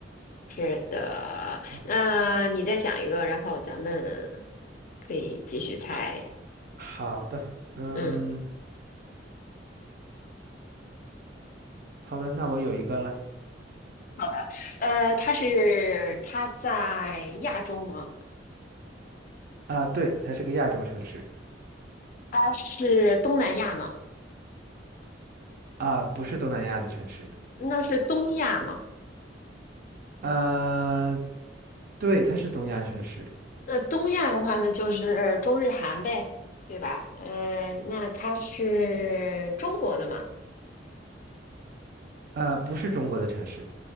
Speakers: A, on the left; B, on the right.
A: 是的，
B: 好，
A: 那你再想一个，然后咱们可以继续猜。
B: 好好的，嗯，
A: 嗯，
B: 好的，那我有一个了
A: 好的，呃，它是它在亚洲吗？
B: 啊，对，它是个亚洲城市
A: 它是东南亚吗？
B: 啊，不是东南亚的城市
A: 那是东亚吗？
B: 啊，对，它是东亚城市
A: 那东亚的话呢，就是中日韩呗，对吧？呃，那它是中国的吗？
B: 啊，不是中国的城市